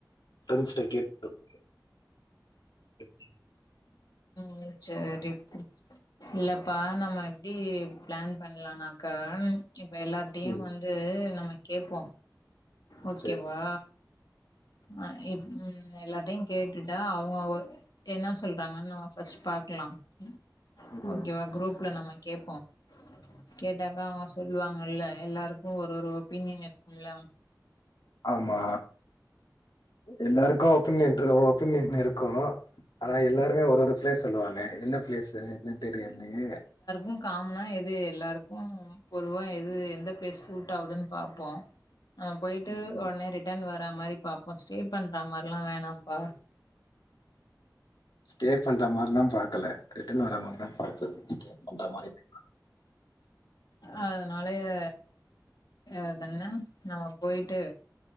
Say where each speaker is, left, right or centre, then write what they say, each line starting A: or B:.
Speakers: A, on the left; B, on the left.
A: ஃப்ரண்ட்ஸ்ட்ட கேட்டுட்டு <inaudible>
B: ம் சேர் ரிப் இல்லப்பா நம்ம எப்டி பிளான் பண்ணலானாக்கா இப்ப எல்லார்த்தையு
A: ம்.
B: வந்து நம்ம கேப்போ ஓகேவா
A: சரி.
B: அ இப் ம் எல்லார்ட்டயு கேட்டுட்டா அவங்க வ என்னா சொல்றாங்கன்னு ஃபஸ்ட் பாக்கலா ம்
A: ம்.
B: ஓகே வா க்ரூப் ல நம்ம கேப்போ கேட்டாக்கா அவங்க சொல்லுவாங்கல்ல எல்லாருக்கு ஒரு ஒரு ஒபீனியன் இருக்கும்ல
A: ஆமா எல்லாருக்கு ஓபினியன் <unintelligible> ஒபீனியன் இருக்கோ ஆனா எல்லாருமே ஒரு ஒரு பிளேஸ் சொல்லுவாங்க எந்த பிளேஸு எது தெரியலையே
B: ம் காமனா எது எல்லாருக்கு பொதுவா எது எந்த ப்ளேஸ் சூட் ஆவுதுன்னு பாப்போ ஆ போயிட்டு
A: ம்.
B: உடனே ரிட்டர்ன் வர மாரி பாப்போ ஸ்டே பண்றா மாரில்லா வேணாம்ப்பா
A: ஸ்டே பண்ற மாரில்லா பாக்கல ரிட்டர்ன் வர மாரி பாத்த ஸ்டே பண்ற மாரி <inaudible>
B: அதனாலயே அதுன்ன நம்ம போயிட்டு